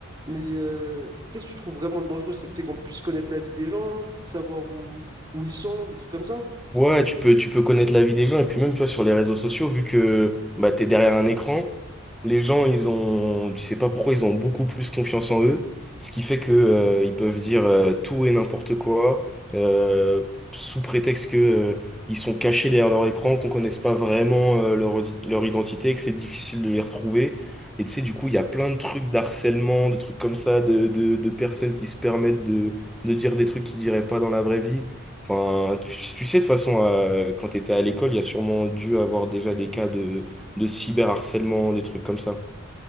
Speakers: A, on the right; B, in the centre.
A: mais euh, qu'est-ce que tu trouves vraiment dangereux? C'est le fait qu'on puisse connaître la vie des gens, savoir où, où ils sont, des trucs comme ça?
B: Ouais, tu peux, tu peux connaître la vie des gens et puis même, tu vois, sur les réseaux sociaux, vu que bah, t'es derrière un écran, les gens, ils ont, tu sais pas pourquoi, ils ont beaucoup plus confiance en eux, ce qui fait que euh, ils peuvent dire euh, tout et n'importe quoi, euh, sous prétexte que euh, ils sont cachés derrière leur écran, qu'on connaisse pas vraiment euh, leur, idi- leur identité, que c'est difficile de les retrouver. Et tu sais, du coup, il y a plein de trucs d'harcèlement, de trucs comme ça, de, de, de personnes qui se permettent de, de dire des trucs qu'ils diraient pas dans la vraie vie. Enfin, tu, tu sais, de toute façon, euh, quand tu étais à l'école, il y a sûrement dû avoir déjà des cas de, de cyberharcèlement, des trucs comme ça.